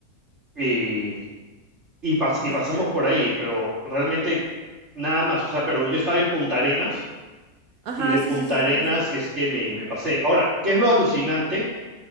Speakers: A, on the right; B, on the right.
A: y, y, pas-
B: Man,
A: y pasamos
B: ya.
A: por ahí, pero realmente nada más, o sea, pero yo estaba en Punta Arenas
B: Ajá,
A: y de
B: sí,
A: Punta
B: sí, sí,
A: Arenas
B: sí, sí. sí.
A: es que me, me pasé. Ahora, ¿qué es lo alucinante?